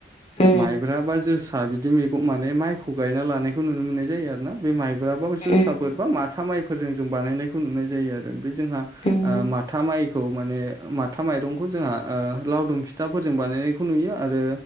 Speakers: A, on the left (about 35°); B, on the right (about 20°).
A: उम
B: माइब्रा बा जोसा बिदि मैगं माने माइखौ गायना लानायखौ नुनो मोननाय जायो आरोना बे माइ ब्रा बा जोसाफोर
A: उम
B: बा माथा माइफोरजों जों बानायनायखौ नुनाय जायो आरो बै जोंहा
A: उम
B: माथा माइखौ माने माथा माइरंखौ जोंहा ओ लावदुम फिथाफोरजों बानायनायखौ नुयो आरो